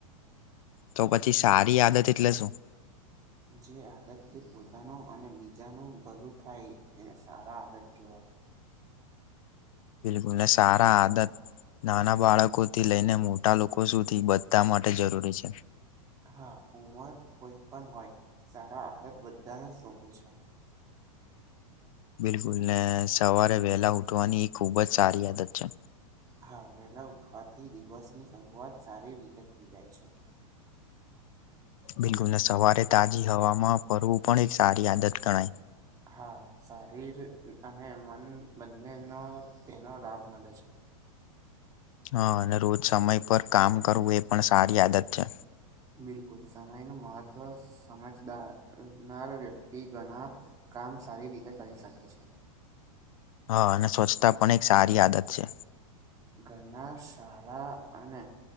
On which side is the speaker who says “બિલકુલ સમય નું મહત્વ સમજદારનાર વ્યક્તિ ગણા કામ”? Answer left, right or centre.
Right